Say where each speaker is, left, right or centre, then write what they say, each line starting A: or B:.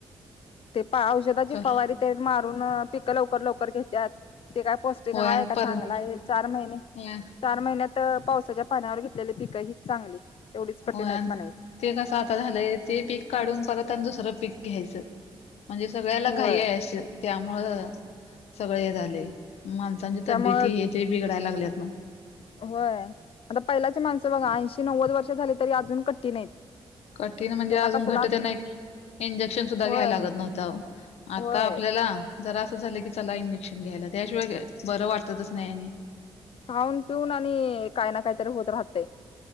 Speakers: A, on the left (about 60°); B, on the left (about 85°).
A: ते पा औषधाची
B: क
A: फवारी ते मारून पिकं लवकर लवकर घेतात. ते काय पौष्टिक
B: होय
A: हाय
B: आणि
A: का चांगला
B: परत
A: आहे, चार महिने
B: होय
A: चार महिन्यात पावसाच्या पाण्यावर घेतलेली पिकं ही चांगली. एवढीच कठीण
B: हो आणि
A: आहेत म्हणायची
B: ते कसं आता झालंय ते पीक काढून परत त्यांनी दुसरं पीक घ्यायचं. म्हणजे सगळ्याला घाई
A: होय
B: आहे अस त्यामुळं सगळे हे झाले. माणसांची
A: त्यामुळ
B: तबेती हे ते बिगडल्यात
A: होय आता पहिल्याचे माणसं बघा एशी नवद वर्ष झाले तरी अजून कठीण आहेत
B: कठीण म्हणजे
A: त्यांना
B: अजून
A: कसला
B: घट त्यांना नाही एक इंजेक्शन सुद्धा
A: होय
B: घ्यायला लागत नव्हतं अहो आता
A: होय
B: आपल्या जरा असं झालं की चला इंजेक्शन घ्यायला त्याशिवाय काय बरं वाटतच नाही.
A: खाऊन पिऊन आणि काय ना काहीतरी होत राहते.